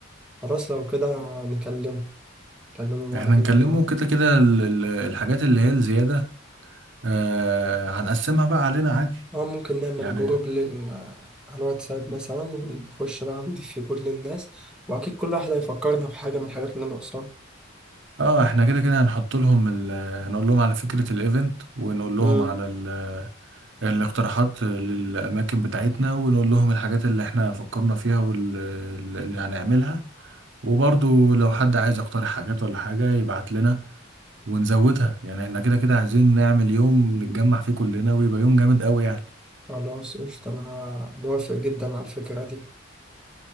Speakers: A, in the centre; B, on the right.
A: خلاص لو كده نكلمه كلمه
B: احنا
A: برضه
B: نكلمه
A: يجي معايا
B: كده كده ال- ال- الحاجات اللي هي الزيادة آه هنقسمها بقى علينا عادي
A: اه ممكن نعمل
B: يعني
A: جروب لل على الواتساب مثلا ونخش بقى نضيف فيه كل الناس واكيد كل واحد هيفكرنا بحاجة من الحاجات اللي ناقصاها
B: اه احنا كده كده هنحط لهم ال- هنقول لهم على فكرة الايفنت ونقول لهم
A: امم
B: على ال- الاقتراحات للأماكن بتاعتنا ونقول لهم الحاجات اللي احنا فكرنا فيها واللي هنعملها وبرضو لو حد عايز يقترح حاجات ولا حاجة يبعت لنا ونزودها يعني احنا كده كده عايزين نعمل يوم نتجمع فيه كلنا ويبقى يوم جامد قوي يعني
A: خلاص قشطة انا موافق جدا على الفكرة دي